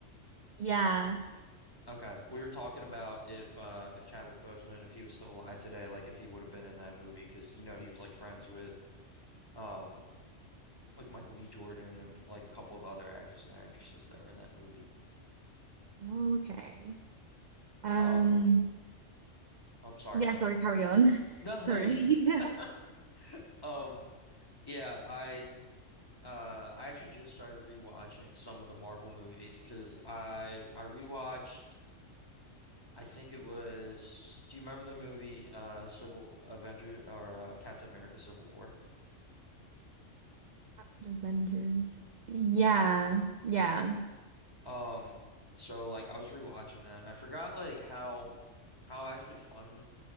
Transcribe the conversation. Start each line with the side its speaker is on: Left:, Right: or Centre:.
Right: Yeah.
Left: Okay. We were talking about if uh if Chadwick Boseman if he was still alive today, like if he would have been in that movie, because you know he was like friends with um with Michael B. Jordan and like a couple of other actors and actresses that were in that movie.
Right: Okay. Um,
Left: Um I'm sorry,
Right: yeah,
Left: God.
Right: sorry, carry on. <laughs>
Left: No,
Right: Sorry.
Left: <laughs> you <laughs>
Right: <laughs>
Left: Um yeah, I Uh, I actually just started rewatching some of the Marvel movies because I I rewatched. I think it was. Do you remember the movie uh Civil Avenger or uh, Captain America Civil War?
Right: Captain Avengers. Yeah, yeah,
Left: Um, so like I was rewatching that and I forgot like how how actually fun